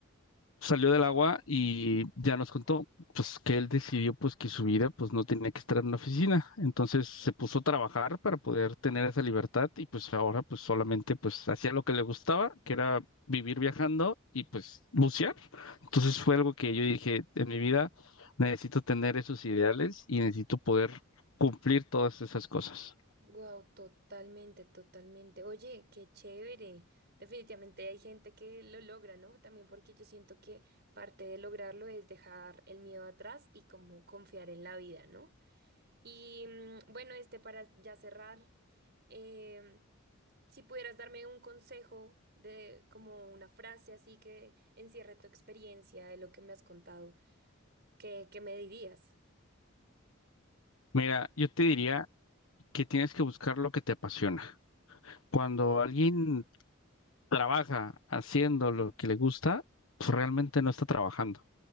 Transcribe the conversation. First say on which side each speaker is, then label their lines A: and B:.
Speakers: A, on the left (about 75°); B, on the right (about 50°).
A: salió del agua y ya nos contó pues que él decidió pues que su vida pues no tenía que estar en una oficina. Entonces se puso a trabajar para poder tener esa libertad y pues ahora pues solamente pues hacía lo que le gustaba, que era vivir viajando y pues bucear. Entonces fue algo que yo dije, en mi vida necesito tener esos ideales y necesito poder cumplir todas esas cosas.
B: Wow, totalmente, totalmente. Oye, qué chévere. Definitivamente hay gente que lo logra, ¿no? También porque yo siento que parte de lograrlo es dejar el miedo atrás y como confiar en la vida, ¿no? Y mm, bueno, este para ya cerrar, em, si pudieras darme un consejo de como una frase así que encierre tu experiencia de lo que me has contado. ¿Qué, qué me dirías?
A: Mira, yo te diría que tienes que buscar lo que te apasiona. Cuando alguien trabaja haciendo lo que le gusta, pues realmente no está trabajando.